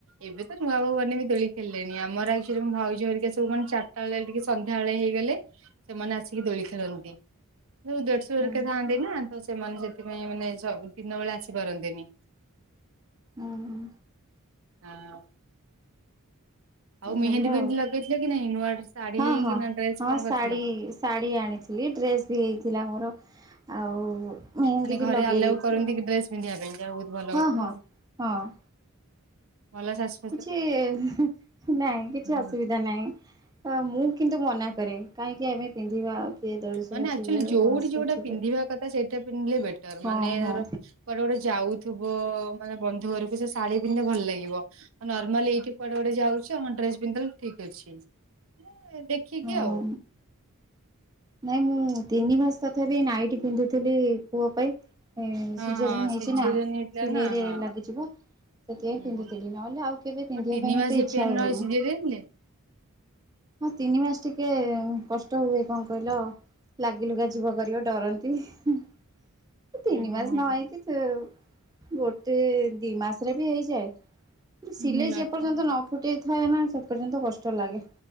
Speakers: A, on the right; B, on the right.
A: ଏବେ ତ ନୂଆ ବୋହୂ ମାନେ ବି ଦୋଳି ଖେଳିଲେଣି। ଆମର ଆକ୍ଟୁଆଲ ଭାଉଜ ହେରିକା ସବୁ କଣ ଚାରିଟା ବେଳିଆ ଟିକେ ସନ୍ଧ୍ୟାବେଳେ ହେଇଗଲେ, ସେମାନେ ଆସିକି ଦୋଳି ଖେଳନ୍ତି। ଯୋଉ ଦେଢସୁର ହେରିକା
B: ହୁଁ
A: ଥାଆନ୍ତି ନା ତ ସେମାନେ ସେଥିପାଇଁ ମାନେ ସ ଦିନ ବେଳେ ଆସିପାରନ୍ତିନି।
B: ଉଁ ହୁଁ।
A: <unintelligible>
B: ହୁଁ
A: ଆଉ ମେହେନ୍ଦୀ
B: ଭଲ
A: ଫେହେନ୍ଦୀ
B: ଆଉ
A: ଲଗେଇଥିଲ କି ନାଇଁ ନୂଆ ଶାଢୀ
B: ହଁ ହଁ
A: କି ନୂଆ ଡ୍ରେସ
B: ହଁ
A: କଣ
B: ଶାଢ଼ୀ
A: କରିଥିଲ?
B: ଶାଢ଼ୀ ଆଣିଥିଲି ଡ୍ରେସ୍ ବି ହେଇଥିଲା ମୋର ଆଉ। ମେହେନ୍ଦୀ
A: ମାନେ
B: ବି
A: ଘରେ
B: ଲଗେଇ
A: ଆଲାଉ
B: ଦେଇଥିଲି
A: କରନ୍ତି କି ଡ୍ରେସ ପିନ୍ଧିବା ପାଇଁ ଯାହା ହଉ ବହୁତ ଭଲ
B: ହଁ
A: କଥା
B: ହଁ
A: ଆଉ
B: ହଁ। <inaudible>
A: ଭଲ ଶାଶ
B: କିଛି ହୁଁ ନାଇଁ କିଛି
A: ହୁଁ
B: ଅସୁବି ଧା ନାହିଁ ଅ ମୁଁ କିନ୍ତୁ ମନା କରେ କାହିଁକି ଆମେ ପିନ୍ଧିବା। କିଏ ଦେଢ଼ଶୁର
A: ମାନେ ଆକ୍ଚୁଆଲି
B: ଥିବେ
A: ଯୋଉଠି
B: ମଣଶୁର
A: ଯୋଉଟା
B: ଥିବେ
A: ପିନ୍ଧିବା କଥା ସେଇଟା ପିନ୍ଧିଲେ ବେଟର ମାନେ
B: ହଁ ହଁ
A: ଧର। କୁଆଡେ ଗୋଟେ ଯାଉଥିବ ମାନେ ବନ୍ଧୁ ଘରକୁ ସେ ଶାଢୀ ପିନ୍ଧିଲେ ଭଲ ଲାଗିବ ଆଉ ନର୍ମାଲ ଏଇଠି କୁଆ ଏ ଗୋଟେ ଯାଉଛ ହଁ ଡ୍ରେସ ପିନ୍ଧିଦେଲ ଠିକ ଅଛି ଏ ଦେଖିକି
B: ହଁ
A: ଆଉ।
B: ନାଇଁ ମୁଁ ତିନି ମାସ ତଥାପି ନାଇଟି ପିନ୍ଧୁଥିଲି ପୁଅ ପାଇଁ। ଏ
A: ହଁ
B: ସିଜରିନ୍
A: ହଁ
B: ହେଇଛି
A: ସିଜରିଆନ
B: ନା
A: ହେଇଥିଲା
B: ସିଲେଇରେ
A: ନା ହଁ
B: ଲାଗିଯିବ। ସେଥିପାଇଁ
A: ହୁଁ
B: ପିନ୍ଧୁଥିଲି
A: ହୁଁ।
B: ନହେଲେ ଆଉ କେବେ ପିନ୍ଧିବା
A: ଓ ତିନି
B: ପାଇଁ
A: ମାସିଆ
B: ମୋତେ ଇଚ୍ଛା
A: ପେନ୍
B: ହୁଏନି।
A: ରହିଛି ସିଜରିଆନ ରେ
B: ହଁ ତିନି ମାସ ଟିକେ କଷ୍ଟ ହୁଏ। କଣ କହିଲ ଲାଗିଲୁଗା ଯିବ କରିବ ଡରନ୍ତି ହିଁ। ତିନି
A: ହୁଁ ହୁଁ
B: ମାସ
A: ହୁଁ
B: ନ ହେଇକି ତ ଗୋଟେ ଦି ମାସରେ ବି ହେଇଯାଏ। ସିଲେଇ
A: ହୁଁ ହୁଁ
B: ଯେ
A: ଆଚ୍ଛା।
B: ପର୍ଯ୍ୟନ୍ତ ନ ଫୁଟେଇ ଥାଏ ନା ସେ ପର୍ଯ୍ୟନ୍ତ କଷ୍ଟ ଲାଗେ।